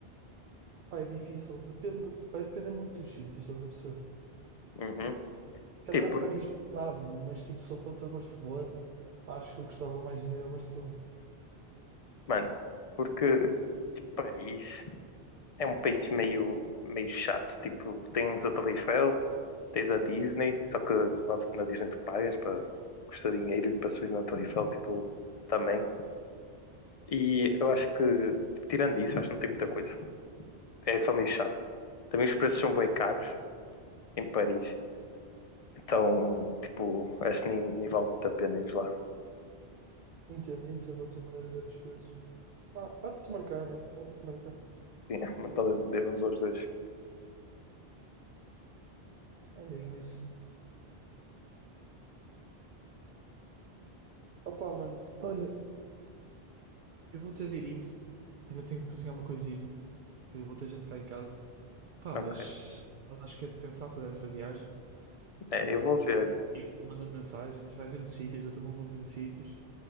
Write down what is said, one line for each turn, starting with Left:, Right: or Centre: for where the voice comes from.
Right: pá, é difícil. Depende, vai depender muito dos sítios, estás a perceber?
Left: Uhum.
Right: Se calhar
Left: Tipo, porque,
Right: Paris dava, mas tipo, se eu fosse a Barcelona, acho que eu gostava mais de ir a Barcelona.
Left: mano, porque Paris é um país meio, meio chato. Tipo, tens a Torre Eiffel, tens a Disney, só que óbvio que na Disney tu pagas para custa dinheiro e para subir na Torre Eiffel, tipo, também. E eu acho que, tipo, tirando isso, acho que não tem muita coisa. É só meio chato. Também os preços são bem caros em Paris. Então, tipo, acho que nem, nem vale muito a pena ir lá.
Right: Entendo, entendo a tua maneira de ver as coisas. Ah, há de se marcar, né? Há de se marcar.
Left: Sim, <laughs>
Right: Tipo,
Left: mas talvez devemos aos dois.
Right: é mesmo isso. Opa, mano, olha, Eu vou ter de ir indo. Ainda tenho de cozinhar uma coisinha, que vou ter gente cá em casa. Pá,
Left: Ah,
Right: mas,
Left: ok.
Right: mas acho que é de pensar fazer essa viagem.
Left: É,
Right: Vou,
Left: eu vou
Right: vou
Left: ver.
Right: ir mandando mensagens, vai vendo sítios, eu também vou vendo sítios.